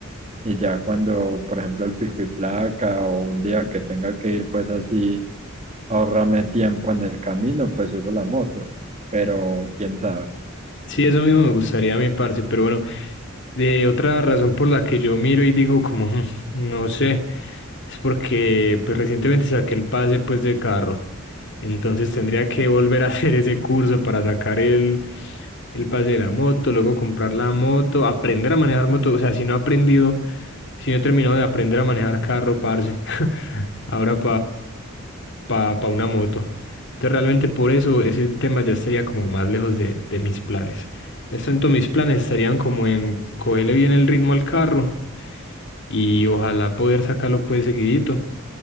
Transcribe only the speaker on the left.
Sí, eso mismo me gustaría a mi parce, pero bueno, eh, otra razón por la que yo miro y digo como, "Hmm, no sé, es porque pues recientemente saqué el pase pues de carro, entonces tendría que volver a <laughs> hacer ese curso para sacar el, el pase de la moto, luego comprar la moto, aprender a manejar moto, o sea, si no he aprendido, si no he terminado de aprender a manejar carro, parce, <laughs> ahora para una moto. Entonces realmente por eso ese tema ya estaría como más lejos de, de mis planes. Es tanto mis planes estarían como en cogerle bien el ritmo al carro y ojalá poder sacarlo pues seguidito